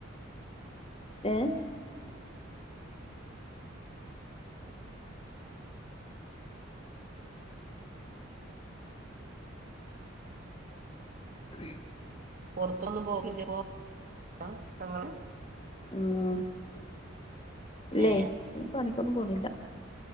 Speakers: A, on the left (about 30°); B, on the right (about 45°).
A: ഏഹ് <unintelligible>
B: പുറത്തൊന്നും പോക്കില്ലെ പ്പൊ ആ ഇങ്ങള്
A: ആഹ് ഇല്ലേയ്
B: ഏ
A: ഞാൻ പണിക്കൊന്നും പോണില്ല